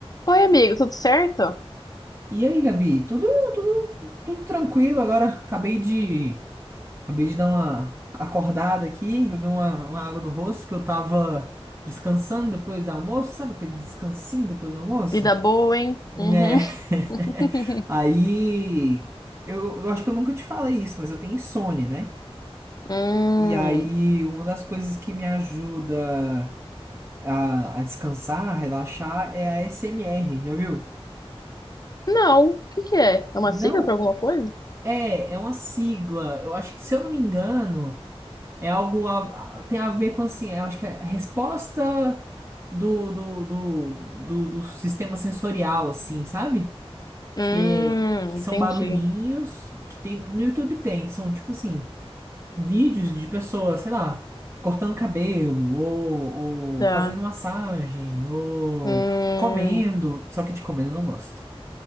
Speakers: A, on the left; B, on the right.
A: Oi, amigo, tudo certo?
B: E aí, Gabi? Tudo, tudo, tudo tranquilo agora. Acabei de, acabei de dar uma acordada aqui, joguei uma, uma água no rosto que eu tava descansando depois do almoço, sabe aquele descansinho depois do almoço?
A: Vida boa, hein? Uhum.
B: É.
A: <laughs>
B: <laughs> Aí, eu, eu acho que eu nunca te falei isso, mas eu tenho insônia, né?
A: Hum,
B: E aí, uma das coisas que me ajuda a, a descansar, a relaxar, é a SMR, já viu?
A: não, o que que é? É
B: Não,
A: uma sigla para alguma coisa?
B: é, é uma sigla. Eu acho que, se eu não me engano. É algo a- a- tem a ver com assim, eu acho que é a resposta do, do, do, do, do sistema sensorial, assim, sabe?
A: Hum,
B: Que, que são
A: entendi.
B: barulhinhos que tem no YouTube tem, são tipo assim, vídeos de pessoas, sei lá, cortando cabelo, ou,
A: Tá.
B: ou fazendo massagem, ou
A: Hum,
B: comendo, só que de comendo eu não gosto.